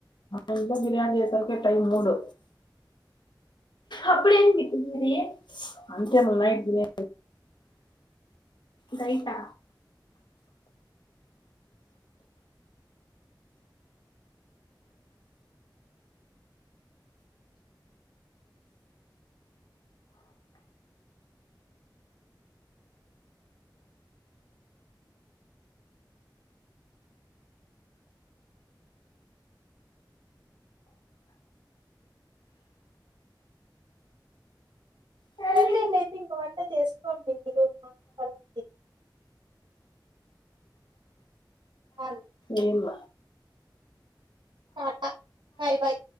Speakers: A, on the left (about 70°); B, on the right (about 75°).
A: అంత బిర్యానీ చేసలకే టైమ్ మూడు అప్పుడు ఎం వెట్టింది మే అంతే మల్ నైట్ దినే రైతా సర్లే
B: సర్లెండి అయితే ఇంక వంట చేసుకోండి మీరు మా పకి అ
A: ఏమ్మ
B: టాట బాయ్ బాయ్